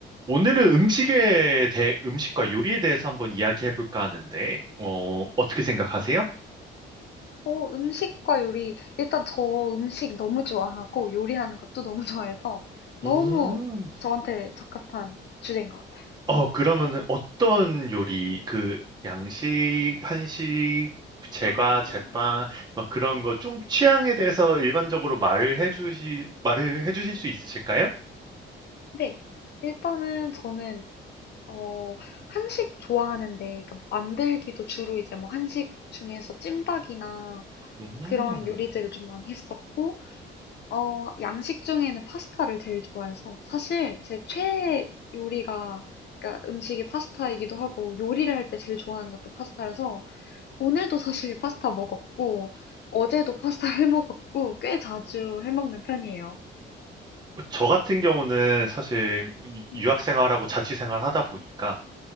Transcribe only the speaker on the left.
어, 음식과 요리. 일단 저 음식 너무 좋아하고 요리하는 것도 너무 <laughs> 좋아해서 너무
저한테 적합한 주제인 것 같아요.
아,
네. 일단은 저는, 어, 한식 좋아하는데, 그러니까 만들기도 주로 이제 뭐 한식 중에서 찜닭이나
그런 요리들을 좀 많이 했었고, 어, 양식 중에는 파스타를 제일 좋아해서 사실 제 최애 요리가 그러니까 음식이 파스타이기도 하고 요리를 할 때 제일 좋아하는 것도 파스타여서 오늘도 사실 파스타 먹었고, 어제도 파스타 해 먹었고, 꽤 자주 해 먹는 편이에요.
음.